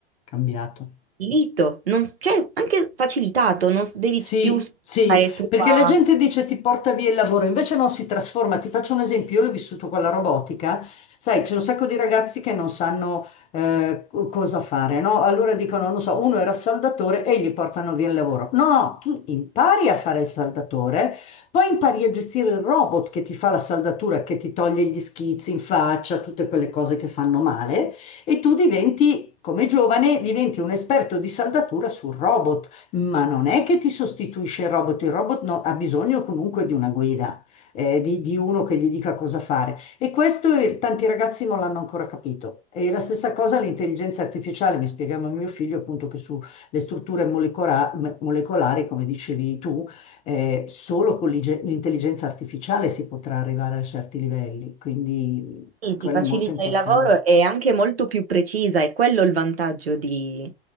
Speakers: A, on the left; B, on the right.
A: cambiato.
B: facilito, non, s- cioè anche facilitato, non s- devi
A: Sì,
B: più stare
A: sì,
B: tu
A: perché
B: a...
A: la gente dice ti porta via il lavoro, invece no, si trasforma. Ti faccio un esempio, io l'ho vissuto con la robotica, sai, c'è un sacco di ragazzi che non sanno eh, co- cosa fare, no? Allora dicono, non so, uno era saldatore e gli portano via il lavoro. No, no, tu impari a fare il saldatore, poi impari a gestire il robot che ti fa la saldatura, che ti toglie gli schizzi in faccia, tutte quelle cose che fanno male, e tu diventi, come giovane, diventi un esperto di saldatura sul robot ma non è che ti sostituisce il robot, il robot no- ha bisogno comunque di una guida, eh, di, di uno che gli dica cosa fare. E questo eh, tanti ragazzi non l'hanno ancora capito. E la stessa cosa l'intelligenza artificiale, mi spiegava mio figlio appunto che sulle strutture molecora- me- molecolari, come dicevi tu, eh, solo con l'ige- l'intelligenza artificiale si potrà arrivare a certi livelli, quindi
B: sì,
A: quello
B: Ti facilita
A: è molto importante.
B: il lavoro e è anche molto più precisa, è quello il vantaggio di,